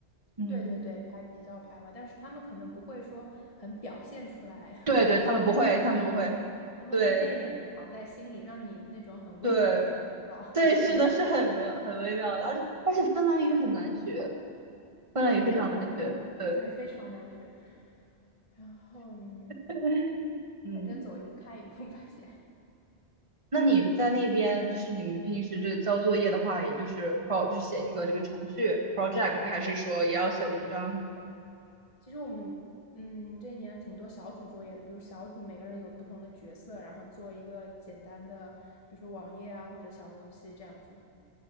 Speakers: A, on the right; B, on the left.
A: 嗯，
B: 对对对，还比较排外，但是他们可能不会说很表现出来，<laughs>
A: 对对，
B: 就是很张扬的，
A: 他们不会，他们不会，
B: 他们会内敛的藏在心里，
A: 对
B: 让你那种很微妙的感觉到
A: 对对，
B: <laughs> 一点点可能。
A: 是的，是很微很微妙的，而且而且芬兰语很难学，芬兰语非常难学，
B: 对对，非
A: 对。
B: 对，非常难学。然后，嗯
A: <laughs> 嗯，
B: 反正走一步看一步吧，先。
A: 那你在那边，就是你们平时这个交作业的话，也就是 pro 就写一个这个程序 project，还是说也要写文章什么的？
B: 其实我们，嗯，这一年挺多小组作业的，比如小组每个人有不同的角色，然后做一个简单的，比如说网页啊或者小游戏这样子。